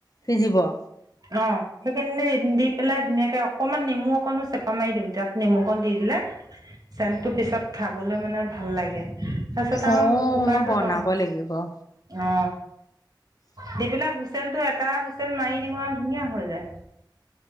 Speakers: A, on the left; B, on the right.
A: সিজিব অ
B: অ' সেইখিনি দি পেলাই ধুনীয়াকে অকমান নেমু অকনো চেপা মাৰি দিওঁ তাত নেমু অকণ দি দিলে। চেনটো পিছত খাবলৈ মানে ভাল লাগে তাৰপিছত আৰু
A: অ
B: কুকাৰটো
A: মই বনাব
B: ন
A: লাগিব অ
B: অ দি পেলাই হুইচেলতটো এটা হুইচেল মাৰি দিওঁ আ ধুনীয়া হৈ যায়